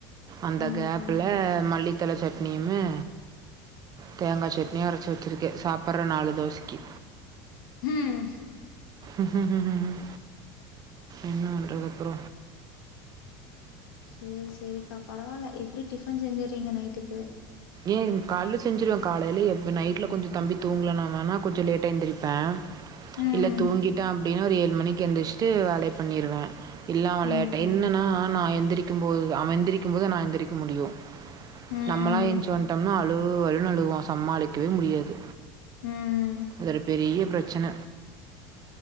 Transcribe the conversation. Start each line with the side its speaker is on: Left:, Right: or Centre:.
Right: அந்த
Left: ம்
Right: கேப் ல மல்லித்தழ சட்னியுமே தேங்காய் சட்னியு அரச்சு வச்சிருக்க சாப்ற நாலு தோசைக்கு
Left: ம்
Right: ம் என்ன பண்றது அப்பற
Left: சேரி சேரிக்கா பரவாயில்ல எப்டி டிஃபன் செஞ்சறீங்க நைட்டுக்கு
Right: ஏய கால்ல செஞ்சுருவ காலையிலப் நைட்ல கொஞ்ச தம்பி தூங்கலனா வேணா கொஞ்ச லேட்டா எந்திருப்ப
Left: ம்
Right: இல்ல தூங்கிட்ட அப்டின்னா ஒரு ஏழு மணிக்கு எழுந்திரிச்சிட்டு வேலய பண்ணிருவ இல்லா அவ
Left: ம்
Right: லேட்டா என்னன்னா நா எந்திரிக் கும் போது அவ எந்திரிக்கும் போது நா எந்திரிக்க முடியு
Left: ம்
Right: நம்மலா ஏன்ச் சொண்டம்னா அழு அழுன்னு அழுவா சமாளிக்கவே முடியாது
Left: ம்
Right: அது ஒரு பெரிய்ய பிரச்சன